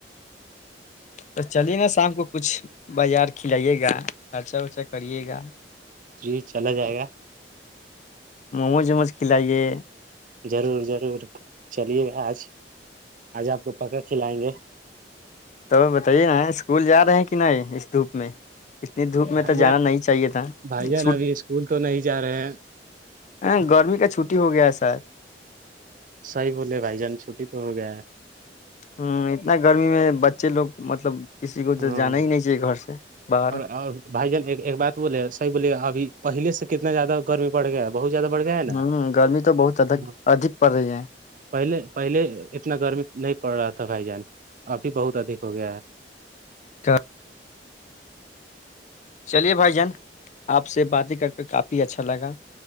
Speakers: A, on the left; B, on the right.
A: تو چلیے نا شام کو کچھ بازار کھلائیے گا خرچا رچا کریے گا
B: جی چلا جائے گا
A: مج م مج کھلائیے
B: ضرور ضرور چلیے گا آج آج آپ کو پکا کھلائیں گے
A: تو بتائیے نا اسکول جا رہے ہیں کہ نہیں اس دھوپ میں اتنی دھوپ میں
B: بھائی
A: تو
B: جان
A: جانا نہیں چاہیے تھا
B: بھائی جان
A: چ
B: ابھی اسکول تو نہیں جا رہے ہیں
A: ہ گرمی کا چھٹی ہو گیا شاید
B: صیح بولے بھائی جان چھٹی تو ہو گیا ہے
A: ہوں اتنا گرمی میں بچے لوگ مطلب کسی کو
B: ہاں
A: تو جانا ہی نہیں چاہیے گھر سے باہر
B: اور اور بھائی جان ایک بات بولے صحیح بولے ابھی پہل سے کتنا زیادہ گرمی بڑھ گیا بہت زیادہ بڑھ گیا ہے نا
A: ہوں گرمی تو بہت ادک
B: ہ
A: ادھک پڑ رہی ہے
B: پہلے پہلے اتنا گرمی نہیں پڑ رہا تھا بھائی جان ابھی بہت ادھک ہو گیا ہے
A: چار <unintelligible> چلیے بھائی جان آپ سے بات ہی کر کے کافی اچھا لگا